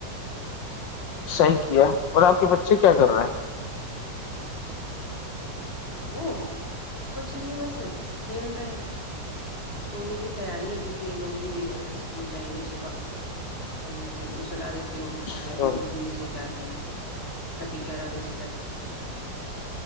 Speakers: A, on the left; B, on the left.
A: صحیح کیا اور آپ کے بچے کیا کر رہے ہیں
B: وہ کچھ نہیں بس کھیل رہے ہیں سونے کی تیاری ہے کیونکہ یہ لوگ بھی اسکول جائیں گے صبح تو میں جلدی سنا دیتی ہوں
A: اچھا
B: اور میں بھی جلدی ہی سو جاتی ہوں کبھی گیارہ بجے تک